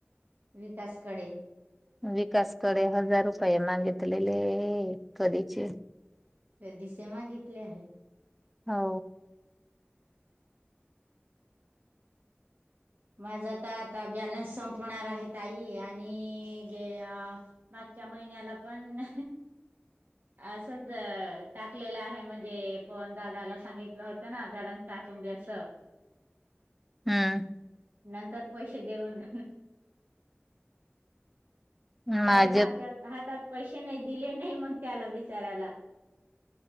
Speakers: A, on the right (about 50°); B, in the centre.
A: विकासकडे
B: विकासकडे हजार रुपये मागित? कलेले कधीच
A: ते दिसे मागितले आहे.
B: हो
A: माझ तर आता बॅलन्स संपवणार आहे आई आणि जे मागच्या महिन्याला पण असच टाकलेलं आहे म्हणजे पण दादाला सांगितलं होतं ना बॅलन्स टाकून द्या असं.
B: हम्म
A: नंतर पैसे देऊन परत
B: माझे
A: हात हातात पैसे. नाही दिले नाही म्हण त्याला विचारायला.